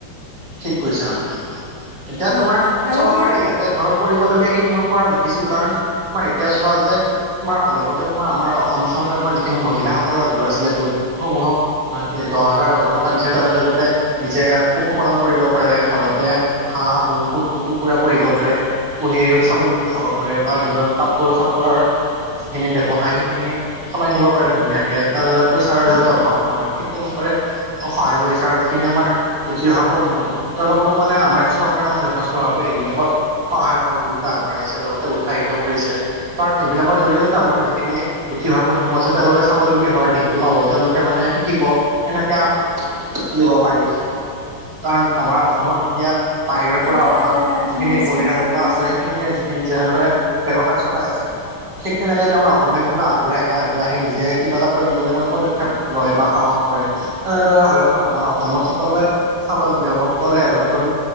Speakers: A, on the right; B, on the left.
A: ঠিক কৈছা এতিয়া
B: অঁ
A: তোমাৰ
B: আৰু
A: চৰকাৰে
B: এতিয়া
A: ইয়াতে ধৰক কৰিবলগীয়া সেই খিনি মই কৰা দেখিছো কাৰণ তোমাৰ এতিয়া চোৱা যে তোমাৰ অলপতে তোমাৰ আমাৰ অসম চৰকাৰে তোমাৰ যিখিনি মহিলাসকলৰ গোট আছিলে গোটসমূহক দহ হাজাৰ দহ হাজাৰ টকা দিছে তেওঁলোকে যাতে নিজে পশু পালন কৰিব পাৰে ঘৰতে হাঁহ মূৰ কুকুৰা পুহিব পাৰে পুহি স্বাৱলম্বী তেওঁ' হব পাৰে বা নিজৰ কাপোৰ চাপোৰৰ যিখিনি ব্যৱসায় সেইখিনি চলাই নিব পাৰে ধুনীয়াকে তাৰতে পইচাৰ যাতে অভাৱ নহয় ঠিক তেনেক কৰে সহায় কৰিছে আৰু যিখিনি আমাৰ উঠি অহা প্ৰজন্ম তেওঁলোকো মানে আমাৰ চৰকাৰে মানে যথেষ্ট ভাৱে এইবিলাকত সহায় সহযোগিতা পঢ়াইছে লগতে উৎসাহিত কৰিছে। কাৰণ এইবিলাকৰ জৰিয়তে আমাৰ যিখিনি উঠি অহাৰ প্ৰজন্ম আছে তেওঁলোকে স্বাৱলম্বী হোৱাৰ দিশতটো পাব তেওঁলোকে মানে শিকিব কেনেকে চলিব পাৰি। তাৰ আমাৰ অসমত এতিয়া বাহিৰৰ পৰা
B: এতিয়া
A: অহা যিখিনি বহিৰাগত
B: যিবিলাক মানে
A: আছে সেইখিনিয়ে যিখিনি যেনেদৰে। ব্যৱসায় চলাই আছে ঠিক তেনেকে যদি আমাৰ অসমীয়া খিনিও আগুৱাই আহে আগুৱাই আহি নিজে কিবা এটা কৰিবলৈ মানে পদক্ষেপ লয় বা সাহস কৰে তেনেদৰে হলে ধৰ আমাৰ অসমত সকলোৱে স্বাৱলম্বী হব সকলোৱে এজন এজন